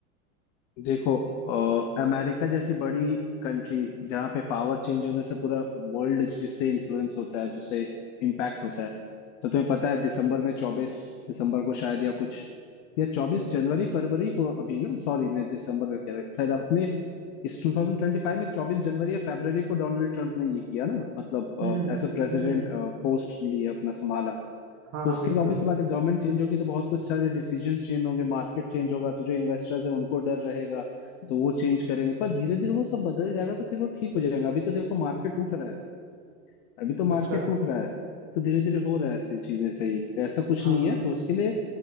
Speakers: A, on the left; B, on the right.
A: देखो अ, अमेरिका जैसी बड़ी कंट्री जहाँ पे पावर चेंज होने से पूरा वर्ल्ड जिससे इन्फ्लुएंस होता है जिससे इम्पैक्ट होता है तो तुम्हें पता है दिसंबर में चौबीस दिसंबर को शायद या कुछ या चौबीस जनवरी फरवरी को अभी ना सॉरी मैं दिसंबर में कह रहा हूँ शायद अपने इस 2025 में चौबीस जनवरी या फरवरी को डोनाल्ड ट्रंप ने ये किया ना मतलब
B: हम्म
A: एज अ
B: हम्म
A: प्रेसिडेंट
B: हम्म, हम्म,
A: पोस्ट लिए अपना संभाला
B: हाँ
A: तो
B: हाँ
A: उसके
B: बिल्कुल
A: तो ऑब्वियस सी बात है गवर्नमेंट चेंज होगी तो बहुत कुछ सारे डिसीजंस चेंज होंगे मार्केट चेंज होगा तो जो इन्वेस्टर्स है उनको डर रहेगा तो वो चेंज करेंगे पर धीरे धीरे वो सब बदल जाएगा तो फिर वो ठीक हो जाएगा अभी तो देखो मार्केट टूट रहा है अभी तो मार्केट
B: अच्छा
A: टूट रहा है तो धीरे धीरे हो रहा है ऐसी चीजें सही तो ऐसा कुछ
B: हाँ
A: नहीं है तो उसके लिए